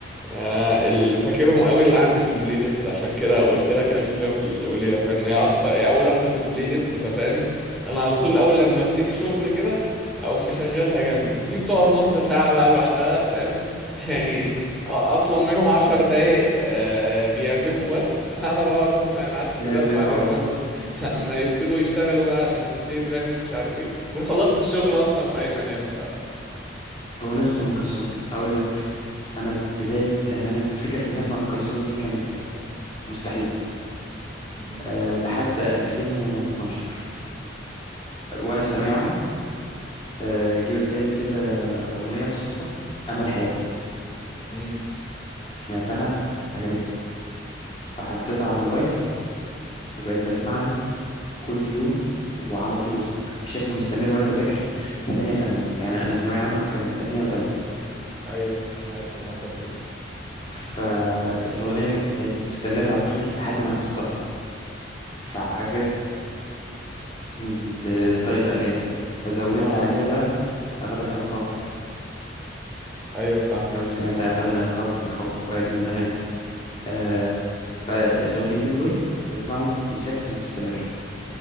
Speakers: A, in the centre; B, on the left.
A: يعني انا اللي فاكرهم قوي اللي عندي في البلاي ليست عشان كده قلت لك الف ليله في وليله فاهم إن هي اكتر هي اول واحده في البلاي ليست ففاهم انا على طول اول لما ابتدي شغل كده او مشغلها جنبي دي بتقعد نص ساعه بقى لوحدها فاهم <laughs> يعني أ- اصلا منهم عشر دقايق آه، بيعزفوا بس <laughs> انا بقعد اسمع العزف
B: بيعزف
A: ده وبعدين
B: اه
A: لما <laughs> لما يبتدوا يشتغلوا بقى لما تبتدي تغني ومش عارف ايه كون خلصت الشغل اصلا وقايم انام ف
B: بمناسبة أم كلثوم أقول لك أنا بداية يعني أنا فكرة الناس مع أم كلثوم دي كانت مستحيلة
A: امم
B: أه لحد 2012 وأنا في ثانوية عامة أه جه قدامي كده أغنية بالصدفة أمل حياتي
A: امم
B: سمعتها عجبتني فحطيتها على الموبايل وبقيت بسمعها كل يوم وعلى طول بشكل مستمر وأنا بذاكر في تانية ثانوي يعني أنا ثانوية عامة كانت تانية وتالتة
A: ايوه عارف انا الفتره دي
B: فالأغنية بقت مستمرة على طول لحد ما حفظتها فعجبني ال- ستايل الأغاني فزودت
A: اه
B: عليها بقى غدا ألقاك
A: ايوه فاهم
B: لو سمعتها غدا ألقاك يا خوف فؤادي من غدي آه بقى الأغنيتين دول بسمعهم بشكل مستمر